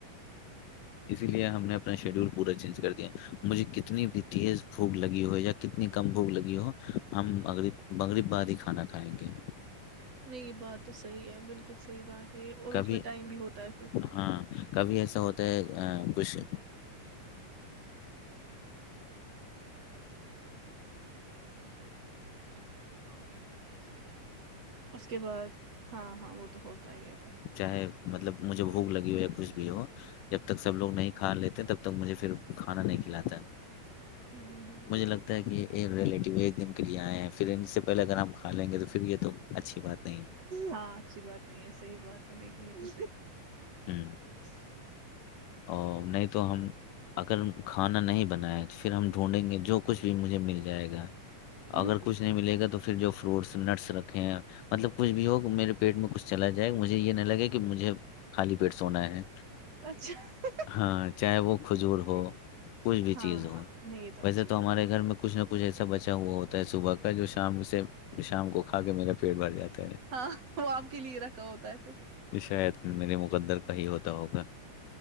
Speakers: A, on the left; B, on the right.
A: اسی لیے ہم نے اپنا شیڈیول پورا چینج کر دیا مجھے کتنی بھی تیز بھوک لگی ہو یا کتنی کم بھوک لگی ہو ہمغری بغریب بعاد ہی کھانا کھائیں گے
B: نہیں یہ بات تو صحیح ہے بالکل صحیح بات ہے اور
A: کبھی
B: اس میں ٹائم بھی ہوتا ہے
A: ہاں کبھی ایسا ہوتا ہے کچھ
B: گھر کا ری آ کو ف تو مجھے د ہو جاتی ہے کیک جب بھی ایسا کچھ ہوتا ہے تو ہم ویٹ کرتے ہیں سب لوگ کھانا کھا جائے اس کے بعد ہاں ہاں وہ تو تی
A: چاہے مطلب مجھے بھوک لگی ہو یا کچھ بھی ہو جب تک سب لوگ نہیں کھا لیتے تب تک مجھے پھر کھانا نہیں کھلاتا
B: ہ
A: مجھے لگتا کہ ایک دن کے لیے آئے ہیں پھر سے پہلے ا ہم کھا لیں گے تو پھر یہ تو اچھی بات نہیں ہے
B: ہاں اچھی بات نہیں ہے صحیح بات لیکن یہ تو
A: جٹ
B: <unintelligible>
A: ا نہیں تو تو ہم اگر کھانا نہیں بنائےیں تو پھر ہم ڈھونڈیں گے جو کچھ بھی مجھے مل جائے گا
B: ہے
A: اگر کچھ نہیں ملے گا تو پھر جو فروٹس نٹس رکھے مطلب کچھ بھی ہو میرے پیٹ میں کچھ چلا جائے گا مجھے یہ نہیں لگے کہ مجھے خالی پیٹ سونا ہے
B: اچھا
A: ہاں چاہے وہ کھجور
B: یہ
A: ہو کچھ بھی
B: ہاں
A: چیز ہو
B: ہاں نہیں یہ اچھی
A: ویسے
B: بات
A: تو ہمارے
B: ہے
A: گھر میں کچھ نہ پجھ اھا بچا ہوا ہوتا ہے صبح کا جو شام سے شام کو کھا کے میرا پیٹ بھر جاتا ہے
B: ہاں وہ آپ کے لیے رکھا ہوتا ہے پھر
A: شاید میرے مقدر کا ہی ہوتا ہوگا